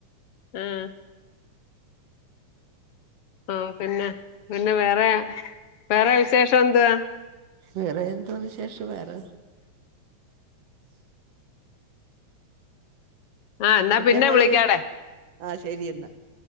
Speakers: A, on the left (about 65°); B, on the right (about 60°).
A: ആഹ് ആഹ് പിന്നെ പിന്നെ വേറെ വേറെ വിശേഷം എന്ത്?
B: വേറെ എന്തോ വിശേഷം വേറെ
A: ആ എന്നാ
B: മറ്റേ
A: പിന്നെ
B: മോള്
A: വിളിക്കാടെ
B: ആഹ് ശരിയെന്നാ.